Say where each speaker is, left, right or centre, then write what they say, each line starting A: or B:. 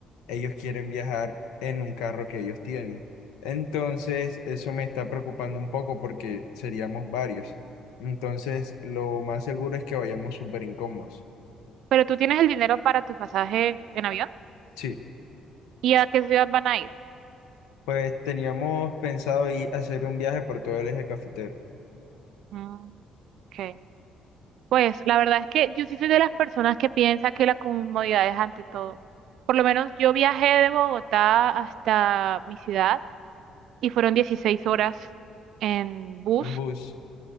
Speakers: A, on the left; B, on the right.
A: Ellos quieren viajar en un carro que ellos tienen. Entonces, eso me está preocupando un poco porque seríamos varios. Entonces, lo más seguro es que vayamos súper incómodos.
B: Pero tú tienes el dinero para tu pasaje en avión.
A: Sí,
B: ¿Y a qué ciudad van a ir?
A: pues teníamos pensado ir a hacer un viaje por todo el eje cafetero
B: Mm, ok. Pues la verdad es que yo sí soy de las personas que piensa que la comodidad es ante todo. Por lo menos yo viajé de Bogotá hasta mi ciudad y fueron 16 horas en bus
A: en bus.